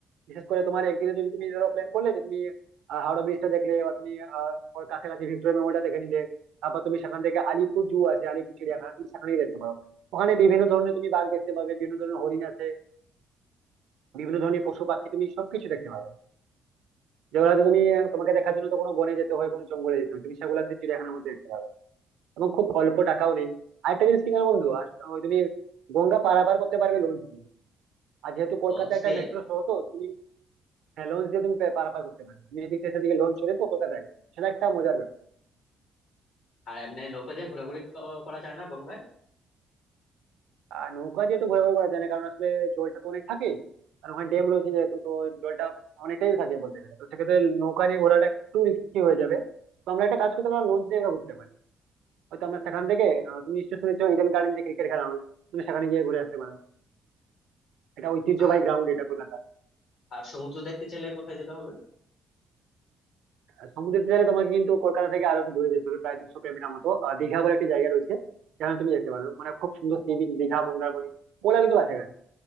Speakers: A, on the right; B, on the left.
A: বিশেষ করে তোমার একদিনে যদি তুমি ধরো প্ল্যান করলে যে তুমি আহ, হাওড়া ব্রিজটা দেখলে বা তুমি আহ, ওর কাছাকাছি ভিক্টোরিয়া মেমোরিয়ালটা দেখে নিলে তারপর তুমি সেখান থেকে আলিপুর জু আছে আলিপুর চিড়িয়াখানা তুমি সেখানেই দেখতে পারো ওখানে বিভিন্ন ধরনের তুমি বাঘ দেখতে পাবে বিভিন্ন ধরনের হরিণ আছে বিভিন্ন ধরনের পশু পাখি তুমি সবকিছু দেখতে পাবে যেগুলোতে তুমি তোমাকে দেখার জন্য তো কোনো বনে যেতে হয় কোনো জঙ্গলে যেতে হয় তুমি সেগুলোতে চিড়িয়াখানার মধ্যে দেখতে পাবে এবং খুব অল্প টাকাও নেই আরেকটা জিনিস কি জানো বন্ধু আর ওই তুমি গঙ্গা পারাপার করতে পারবে লঞ্চ দিয়ে আর যেহেতু কলকাতা
B: লঞ্চ
A: একটা
B: দিয়ে
A: মেট্রো শহর তো তুমি হ্যাঁ লঞ্চ দিয়ে তুমি পে- পারাপার করতে পারবে তুমি এদিক থেকে সেদিকে লঞ্চ চড়ে তো কলকাতায় সেটা একটা মজার ব্যাপার
B: আর এমনি নৌকা দিয়ে ঘোরাঘুরি ক- করা যায় না গঙ্গায়
A: আর নৌকা দিয়ে তো ঘোরাঘুরি করা যায় না কারণ আসলে জলটা তো অনেক থাকে আর ওখানে ড্যাম রয়েছে যেহেতু তো জলটা অনেকটাই থাকে বলতে গেলে তো সেক্ষেত্রে নৌকা নিয়ে ঘোরাটা একটু রিস্কি হয়ে যাবে তো আমরা একটা কাজ করতে পারি লঞ্চ দিয়ে আমরা ঘুরতে পারি হয়তো আমরা সেখান থেকে আহ, তুমি নিশ্চয়ই শুনেছো ইডেন গার্ডেন যে ক্রিকেট খেলা হয় তুমি সেখানে গিয়ে ঘুরে আসতে পারো এটা ঐতিহ্যবাহী
B: আর
A: গ্রাউন্ড এটা কলকাতা
B: আর সমুদ্র দেখতে চাইলে কোথায় যেতে হবে
A: আর সমুদ্রের তীরে তোমাকে কিন্তু কলকাতা থেকে আরো একটু দূরে যেতে হবে প্রায় দুশো কিলোমিটার মতো আহ, দীঘা বলে একটি জায়গা রয়েছে যেখানে তুমি যেতে পারো মানে খুব সুন্দর সি বিচ দীঘা মন্দারমণি ওগুলা কিন্তু কাছাকাছি